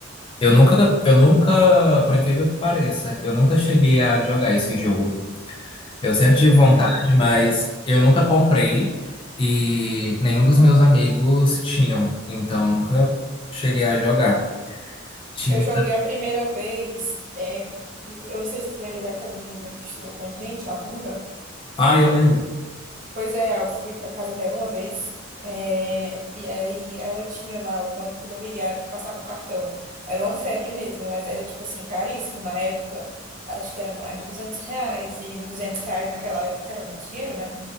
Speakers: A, on the left; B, on the right.
A: eu nunca, eu nunca, por incrível que pareça, eu nunca cheguei a jogar esse jogo. Eu sempre tive vontade,
B: não.
A: mas eu nunca comprei e nenhum dos meus amigos tinham, então eu nunca cheguei a jogar. Tinha...
B: Eu joguei a primeira vez, é, eu não sei se tu lembra daquela menina que estudou com a gente, a Duda.
A: Ah, eu lembro.
B: Pois é, eu fui para casa dela uma vez, é, e aí ela tinha lá o banco imobiliário que passava o cartão. Era uma febre mesmo, mas era tipo assim, caríssimo na época. Acho que era mais de 200 reais, e 200 reais naquela época era muito dinheiro, né?